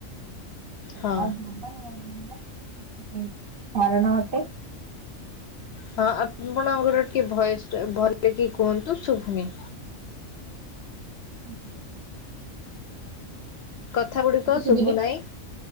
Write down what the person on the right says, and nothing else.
<unintelligible>
ଯାହା ଗ୍ଲୋବଲ୍ ୱାର୍ମିଂ ର କାରଣ ଅଟେ।
<unintelligible>
ଏବେ ଶୁଭିଲା